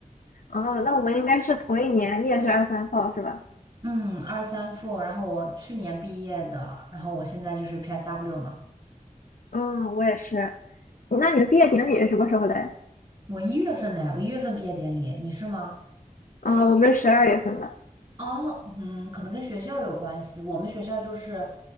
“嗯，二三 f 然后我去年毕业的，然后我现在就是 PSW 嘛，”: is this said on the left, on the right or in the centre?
Right